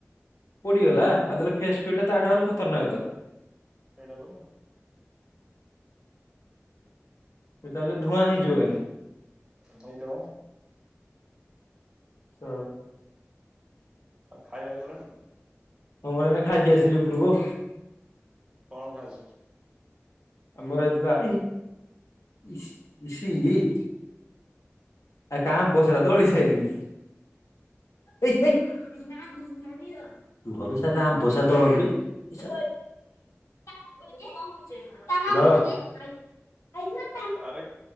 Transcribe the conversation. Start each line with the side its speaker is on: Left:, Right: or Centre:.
Left: ପୋଡିଗଲା ଆଉ ତାହଲେ ଫେସ୍ କିଟ ଟା ତା ଠାରୁ ଆହୁରି ଖତରନାକ ତ।
Right: ସେଇଟା ପରା।
Left: ସେ ତାହଲେ ଧୁଆଁ ହେଇଯିବ କେନେ।
Right: ହୋଉଥବ।
Left: ସ
Right: ଆଉ ଖାଇବା ହେଇଗଲାଣି?
Left: ହଁ ପରା ଏଇନା ଖାଇକି ଆସିଲି ଉପରକୁ।
Right: କଣ ଖାଇଚ?
Left: ଆମର ଏଇଥିଲା <inaudible> ଆଉ କାଁ ଆମ୍ବସରା ଦଳି ସାଇଲିଣି। ଆ <inaudible> <inaudible> <inaudible> ହେଲୋ।
Right: ଆରେ,